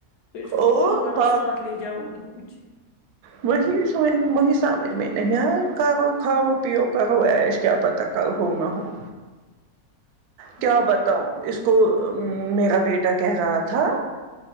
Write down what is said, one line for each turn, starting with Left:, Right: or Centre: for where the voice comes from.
Left: تو اس کو
Right: اور
Left: بولو کرو
Right: با
Left: ساتھ لے جاؤ گی کچھ
Right: وہی وہی سمجھ میں نہیں آئے کرو کھاؤ پیو کرو ایش کیا پتا کل ہو نہ ہو
Left: ہوں
Right: کیا بتاؤں اس کو اس کو میرا بیٹا کہہ رہا تھا